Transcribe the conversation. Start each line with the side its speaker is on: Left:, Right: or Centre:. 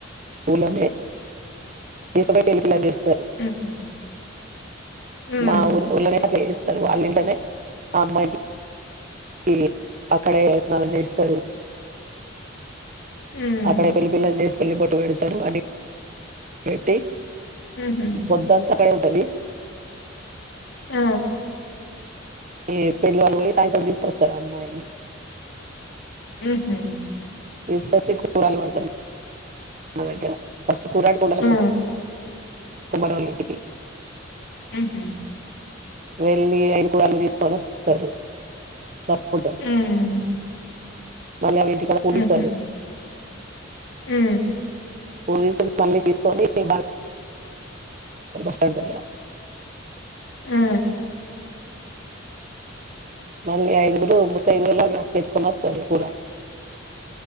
Right: ఊళ్లోనే తీసుకుపోయి పేళ్ళి పిల్ల చేస్ స్తారు.
Left: హుహు. హ్మ్.
Right: మా ఉల్లే అయితే అట్ల చేస్తా స్తరు వాళ్ళింట్లనే ఆ అమ్మాయికి ఇగ అక్కడే స్నానం చేస్తారు.
Left: హ్మ్.
Right: అక్కడే పెళ్లి పిల్లను చేసి పెళ్లి బొట్టు పెడతారు. అని పెట్టి
Left: హుహు.
Right: పొద్దంతా ఆక్కాడే ఉంటంది.
Left: ఆ
Right: ఏ పెళ్లివాళ్ళు పోయి సాయంత్రం తీసుకొస్తారు. అమ్మాయిని
Left: ఉహు
Right: <unintelligible> పడతారు మా దగ్గర కురాటు కొండలా <unintelligible>
Left: ఆ!
Right: కుమ్మరోళ్ళ ఇంటికి
Left: ఆహ
Right: వెళ్ళి ఆయిన కూరళ్ళు తీసుకొని వస్తారు. తప్పుడు
Left: హ్
Right: మళ్ళీ అవి ఇంటికాడ పూజిస్తారు
Left: ఆహ హ్
Right: <unintelligible> మళ్ళీ తీసుకొని <unintelligible> బస్ స్టాండ్ దగ్గర
Left: ఆ
Right: మళ్ళీ ఐదుగురు ముత్త ఐదు లా అట్లా <unintelligible> వస్తారు కూడా